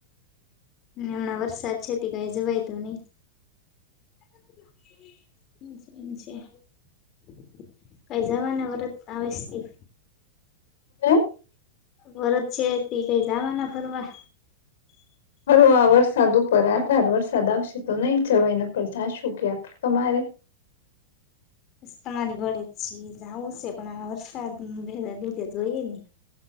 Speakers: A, on the left; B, on the left.
A: હમણાં વરસાદ છે તે કંઈ જવાય તો નહી. <inaudible> કંઈ જાવાના વરત આવે <unintelligible>
B: હે?
A: વરદ છે તેઈ કંઈ જવાના ફરવા?
B: ફરવાં વરસાદ ઉપર આધાર, વરસાદ આવશે તો નહીં જવાય, નકર જાશું ક્યાંક. તમારે?
A: તમારી ઘોડે જ છી. જાઉં સે પણ આ વરસાદને લીધે જોઈએ ને.